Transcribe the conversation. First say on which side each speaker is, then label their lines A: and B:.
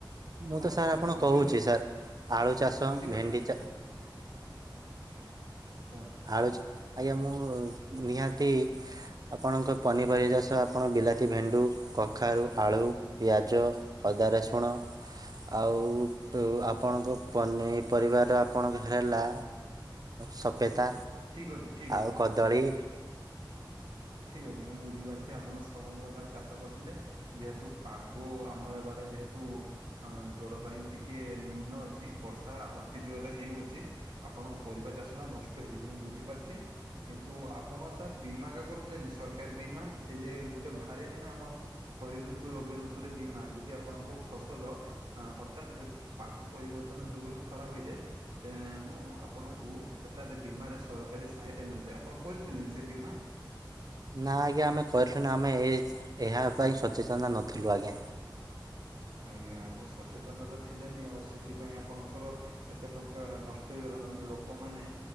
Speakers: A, on the right; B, on the right.
A: ଆପଣ
B: ମୁଁ ତ ସାର୍ ଆପଣଙ୍କୁ
A: କହିଲେ
B: କହୁଛି
A: ମୁଁ
B: ସାର୍। ଆଳୁ ଚାଷ
A: ମୁଁ ବୁଝିପାରୁଛି
B: ଭେଣ୍ଡି
A: ଆଜ୍ଞା
B: ଚା
A: କୁହନ୍ତୁ।
B: <unintelligible> ଆଜ୍ଞା ମୁଁ ନିହାତି ଆପଣଙ୍କ ପନିପରିବା ଚାଷ, ଆପଣ ବିଲାତି, ଭେଣ୍ଡୁ, କଖାରୁ, ଆଳୁ, ପିଆଜ ଅଦା, ରସୁଣ ଆଉ ଆପଣଙ୍କ ପନି ପରିବାର ଆପଣଙ୍କ ହେଲା ସ- ସପେତା
A: ଠିକ୍ ଅଛି ଠିକ୍
B: ଆଉ
A: ଅଛି
B: କଦଳୀ
A: ଠିକ ଅଛି ମୁଁ ବୁଝିପାରୁଛି ଆପଣ ସବୁ ପ୍ରକାର ଚାଷ କରୁଥିଲେ। ଯେହେତୁ ପାଗ ଆମର ଏ ବାଡେ ଯେହେତୁ ଅ ଜଳବାୟୁ ଟିକେ ନିମ୍ନ ଅଛି ବର୍ଷା ଅତି ଜୋରରେ ହେଉଅଛି। ଆପଣଙ୍କ ପରିବା ଚାଷ ଟା ନଷ୍ଟ ହେଇଯାଇଛି ମୁଁ ବୁଝିପାରୁଛି। କିନ୍ତୁ ଆପଣ ସାର୍ ବୀମା ହେକା କରିଥିଲେନି ସରକାରୀ ବୀମା ଏ ଯେ ଗୋଟେ ବାହାରେନି ନା ଆମର ଖରି ଋତୁ ରବି ଋତୁରେ ବୀମା ଯଦି ଆପଣଙ୍କ ଫସଲ ହଠାତ୍ ପାଗ ପରିବର୍ତ୍ତନ ଯୋଗୁଁ ରୁ ଖରାପ ହେଇଯାଏ ତେଣୁ ଆପଣଙ୍କୁ ତ ବୀମାରେ ସରକାରୀ ସାହାୟତା ମିଳିଥାଏ। ଆପଣ କରିଥିଲେ ନି ସେ ବୀମା?
B: ନା ଆଜ୍ଞା ଆମେ କରିଥିଲୁ ଆମେ ଏ ଏହା ପାଇଁ ସଚେତନ ନଥିଲୁ ଆଜ୍ଞା।
A: ଆଜ୍ଞା ଆପଣ ସଚେତନ ତ ଥିଲେନି ଆଉ ସେଥିପାଇଁ ଆପଣଙ୍କର ଏତେ ଟଙ୍କା ନଷ୍ଟ ହେଇଗଲା। ନହେଲେ ଲୋକମାନେ